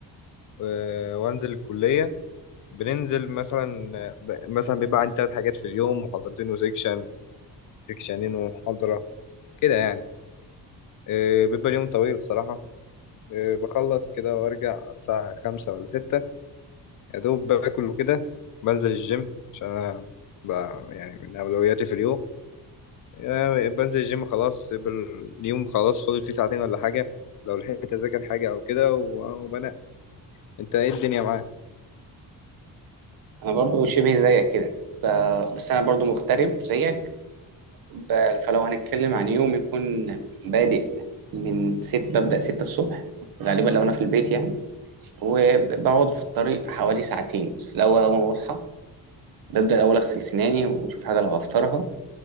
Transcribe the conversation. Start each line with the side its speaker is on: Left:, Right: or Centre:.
Left: و- وانزل الكليه بننزل مثلا ب- مثلا بيبقى عندي تلات حاجات في اليوم محاضرتين وسيكشن سيكشنين ومحاضرة كده يعني آه، بيبقى اليوم طويل الصراحة آه، بخلص كده وارجع الساعة خمسة ولا ستة يا دوب باكل وكده بنزل الجيم عشان أنا ب- يعني من أولوياتي في اليوم آه، بنزل الجيم خلاص يبقى اليوم خلاص فاضل فيه ساعتين ولا حاجة لو لحقت أذاكر حاجة أو كده و- وبنام أنت إيه الدنيا معاك؟
Right: انا برضو شبه زيك كده ف- بس انا برضو مغترب زيك ب- فلو هنتكلم عن يوم يكون بادئ من ست ببدأ ستة الصبح غالبا لو انا في البيت يعني وبقعد في الطريق حوالي ساعتين بس الاول اول ما بصحى ببدأ الاول اغسل سناني واشوف حاجة لو هفطرها